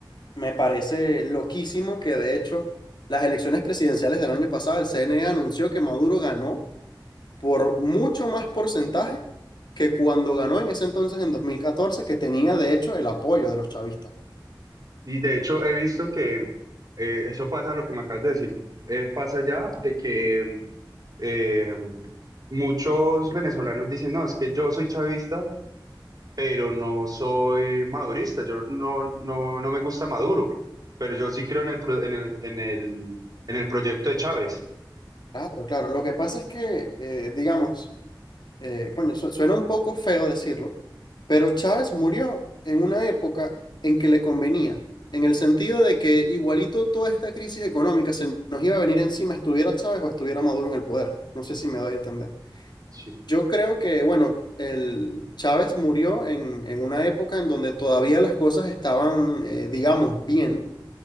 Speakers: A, on the left; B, on the right.
A: me parece loquísimo que de hecho las elecciones presidenciales del año pasado, el CNE anunció que Maduro ganó por mucho más porcentaje que cuando ganó en ese entonces en 2014 que tenía de hecho el apoyo de los chavistas.
B: Y de hecho he visto que eh, eso pasa, lo que me acabas de decir, eh, pasa ya de que eh, muchos venezolanos dicen, no, es que yo soy chavista, pero no soy madurista, yo no, no, no me gusta Maduro, pero yo sí creo en el, pro- en el, en el, en el proyecto de Chávez,
A: Claro, claro. Lo que pasa es que, eh, digamos, eh, coño, su- suena un poco feo decirlo, pero Chávez murió en una época en que le convenía, en el sentido de que igualito toda esta crisis económica se nos iba a venir encima, estuviera Chávez o estuviera Maduro en el poder. No sé si me doy a entender.
B: sí.
A: Yo creo que, bueno, el Chávez murió en, en una época en donde todavía las cosas estaban, eh, digamos, bien